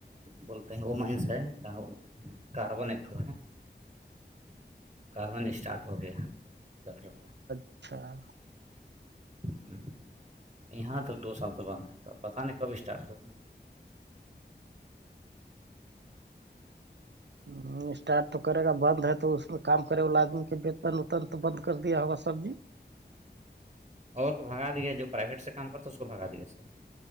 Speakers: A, on the right; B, on the right.
A: بولتے ہیں وہ مائنس ہے کہاں بولتے ہیں کاربن ایکٹو ہے کاربن اسٹارٹ گے چل رہاا
B: ہ <unintelligible>
A: ہوں یہاں تو دو سال سے بند ہوتا پتاہ نہیں کب اسٹارٹ ہوگا
B: ہ اسٹارٹ تو کرے گا بند ہے تو اس میں کام کرے والا آدمی کے وےتن وتن تو بند کر دیا ہوگا سبزی
A: اور کو بھگا دیا جو پرائیویٹ سے کام کرتا تھا اس کو بگا دیا سر